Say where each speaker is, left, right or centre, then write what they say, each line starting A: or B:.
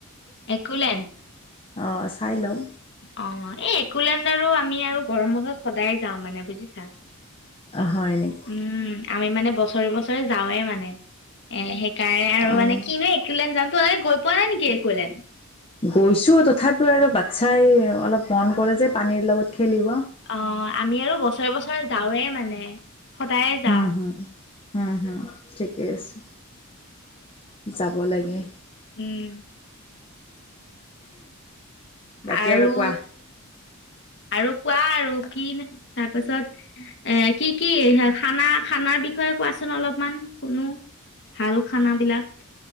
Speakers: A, on the left (about 55°); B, on the left (about 25°).
A: একলেণ্ড।
B: অ, চাই লওঁ।
A: অঁ, এই একলেেণ্ড আৰু আমি আৰু গৰম বত সদায় যাওঁ মানে বুজিছা।
B: হয় নেকি
A: উম আমি মানে বছৰে বছৰে যাওঁৱে মানে এ। কাৰাৰে আৰু
B: অঁ
A: মানে কি ন একোন যামতো গৈ পোৱা নাই নেকি একুৱালেণ্ড।
B: গৈছো তথাপিও আৰু বাচ্ছাই অলপ মন কৰে যে পানীৰ লগত। খেলিব
A: অ আমি আৰু বছৰে বছৰে যাওঁৱেই মানে। সদায়ে যাওঁ
B: হম হম হম হম। ঠিকে আছে যাব লাগে।
A: উম,
B: বাকী
A: আৰু।
B: কোৱা <inaudible>
A: আৰু কোৱা আৰু কি তাৰপাছত এ কি কি খানা খানাৰ বিষয়ে কোৱাচোন অলপমান শুনো ভাল খানাবিলাক।